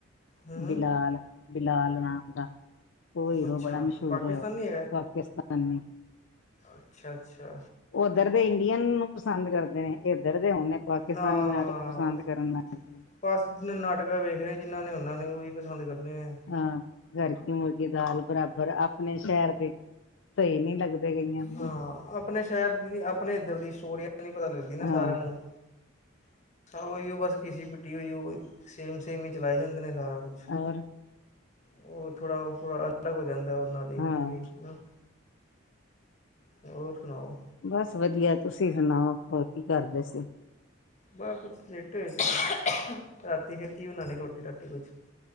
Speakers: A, on the left; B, on the left.
A: ਹੂੰ
B: ਬਿਲਾਲ। ਬਿਲਾਲ ਨਾਮ ਦਾ, ਉਹ ਹੀਰੋ
A: ਅੱਛਾ
B: ਬੜਾ ਮਸ਼ਹੂਰ
A: ਪਾਕਿਸਤਾਨੀ
B: ਹੋਇਆ ਪਾਕਿਸਤਾਨੀ।
A: ਅੱਛਾ-ਅੱਛਾ।
B: ਉਹ ਉੱਧਰ ਦੇ ਇੰਡੀਅਨ ਨੂੰ ਪਸੰਦ ਕਰਦੇ ਨੇ ਇੱਧਰ ਦੇ ਹੁਣ ਪਾਕਿਸਤਾਨੀ
A: ਹਾਂ
B: ਨਾਟਕ ਪਸੰਦ
A: ਬਸ
B: ਕਰਨ ਲੱਗ ਗਏ।
A: ਬਸ ਜਿਹਨੇ ਨਾਟਕਾਂ ਵੇਖਣੇ ਜਿਹਨਾਂ ਨੇ ਉਹਨਾਂ ਨੇ ਉਹੀ ਪਸੰਦ ਕਰਦੇੇ ਐ।
B: ਹਾਂ ਘਰ ਕੀ ਮੁਰਗੀ ਦਾਲ ਬਰਾਬਰ। ਆਪਣੇ ਸ਼ਹਿਰ ਦੇ ਸਹੀ ਨਹੀ ਲੱਗਦੇ ਕਈਆਂ ਨੂੰ।
A: ਹਾਂ, ਆਪਣੇ ਸ਼ਹਿਰ ਦੀ ਆਪਣੇ ਇੱਧਰ ਦੀ ਸਟੋਰੀ ਨ ਪਤਾ ਲੱਗਦੀ ਨਾ
B: ਹਾਂ
A: ਸਾਰਿਆਂ ਨੂੰ। ਉਹੀ ਉਹ ਬਸ ਕਿਸੇ ਵੱਡੀ ਹੋਈ ਹੋਵੇ। ਉਹ ਸੇਮ-ਸੇਮ ਹੀ ਚਲਾਏ ਜਾਂਦੇ ਨੇ ਸਾਰਾ ਕੁਛ।
B: ਹੋਰ।
A: ਹੋਰ ਥੋੜਾ-ਥੋੜਾ ਅਲੱਗ ਹੋ ਜਾਂਦਾ ਉਹਨਾਂ ਕਿੰਨੀ
B: ਹਾਂ
A: ਵੇਖ ਕੇ। ਹੋਰ ਸੁਣਾਓ
B: ਬਸ ਵਧੀਆ, ਤੁਸੀ ਸੁਣਾਓ, ਹੋਰ ਕੀ ਕਰਦੇ ਸੀ?
A: ਵਾਹ ਕੁਛ ਲੇਟੇ ਹੋਏ ਸੀ। ਰਾਤੀ ਫਿਰ ਕੀ ਬਣਾਉਣੀ ਰੋਟੀ-ਰਟੀ ਕੁਛ